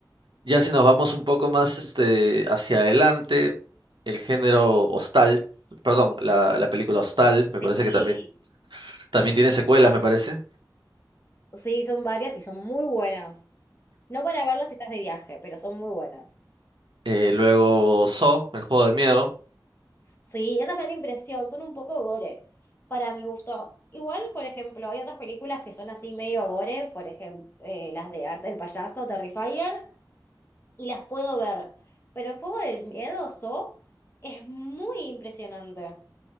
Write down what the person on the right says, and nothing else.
Ya si nos vamos un poco más este, hacia adelante, el género Hostal, perdón, la, la película Hostal, me
parece que también, también tiene secuelas, me parece.
Eh, luego Saw, el juego de miedo.